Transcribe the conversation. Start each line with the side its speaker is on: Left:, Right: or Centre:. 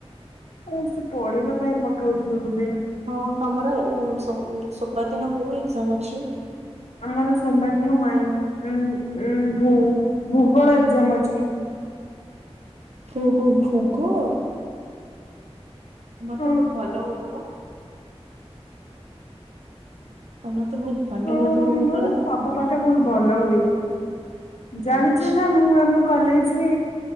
Left: ଆଉ ସେ ପଢ଼ିବା ପାଇଁ ପଠଉଥିବେ ବୋଧେ।
Right: ହଁ ତମର ଏ ସୋମ୍ ସୋମବାର ଦିନ କୋଉ ଏକ୍ଜାମ୍ ଅଛି?
Left: ଆମର ସୋମବାର ଦିନ ମାଇନ୍ ଉଁ ଉଁ ଭୂ ଭୂଗୋଳ ଏକ୍ଜାମ ଅଛି।
Right: ଓହୋ ଭୂଗୋଳ। ତମର
Left: ହଁ
Right: ତ ବହୁତ ଭଲ ହଉଥିବ। ତମର ତ ବହୁତ ଭଲ
Left: ହଁ
Right: ହଉଥିବ
Left: ମୋର
Right: ଭୂଗୋଳ।
Left: ସବୁ ପାଠ ବହୁତ ଭଲ ହୁଏ, ଜାଣିଛ
Right: ଆଚ୍ଛା
Left: ନା ମୁଁ ଆମ କଲେଜରେ